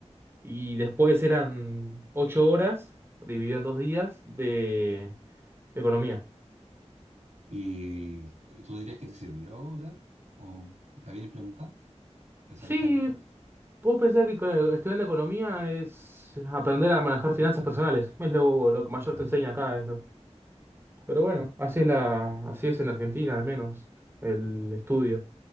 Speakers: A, on the right; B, on the right.
A: Y después eran ocho horas, dividido en dos días, de, de economía.
B: ¿Y tú, y tú dirías que te sirvió de algo? ¿O está bien implementado? ¿Le sacaste
A: Sí,
B: algún precio?
A: vos pensás que co- estudiando economía es aprender a manejar finanzas personales. Es lo, lo que mayor
B: Claro.
A: te enseña acá eso. Pero bueno,
B: <laughs>
A: así es la, así es en Argentina al menos, el estudio.